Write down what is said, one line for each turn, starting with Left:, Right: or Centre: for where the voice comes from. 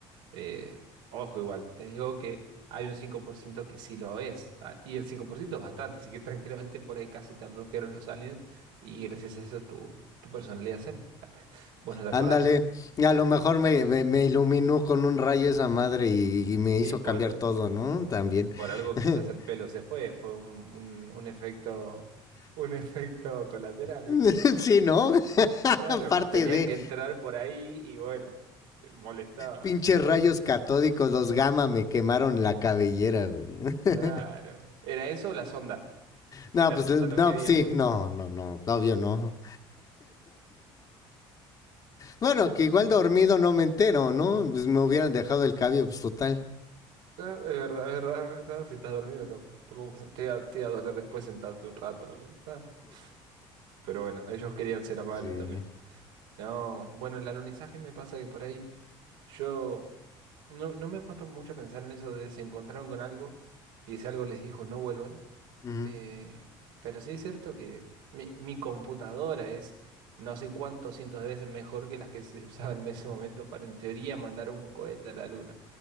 Right: Eh, ojo, igual, te digo que hay un 5% que sí lo es, ah, y el 5% es bastante, así que <laughs> tranquilamente por ahí casi te abdujeron los aliens y gracias a eso tu, tu personalidad zen. <laughs> Vos no te acordás.
Left: Ándale, y a lo mejor me, me- me iluminó con un rayo esa madre y, y me hizo
Right: Y por,
Left: cambiar todo, ¿no? También.
Right: por algo
Left: <laughs>
Right: quizás el pelo se fue, fue un, un, un efecto, un <laughs> efecto colateral,
Left: <laughs>
Right: ¿viste?
Left: Sí, ¿no? <laughs>
Right: Claro,
Left: Aparte
Right: tenían
Left: de
Right: que entrar por ahí y bueno, eh, molestaba.
Left: pinches rayos catódicos, los gamma me quemaron la cabellera, güey. <laughs>
Right: Claro. ¿Era eso o la sonda?
Left: No,
Right: Y la
Left: pues
Right: sonda
Left: no,
Right: no querías
Left: sí,
Right: por...
Left: no, no, no, obvio no. Bueno,
Right: No, no,
Left: que igual
Right: te-
Left: dormido no me entero, ¿no? Pues me hubieran dejado el cabello, pues total.
Right: Claro, es verdad, es verdad, es verdad. Si estás dormido tam- tampoco pasa- Te iba, te iba a doler después sentarte un rato, ¿no? Está. Pero bueno, ellos querían ser amables
Left: Sí.
Right: también. No, bueno, el alunizaje me pasa que por ahí yo no, no me he puesto mucho a pensar en eso de se encontraron con algo y ese algo les dijo no vuelvan.
Left: Mhm.
Right: Eh, pero sí es cierto que mi, mi computadora es no sé cuántos cientos de veces mejor que las que se usaban en ese momento para en teoría mandar un cohete a la luna.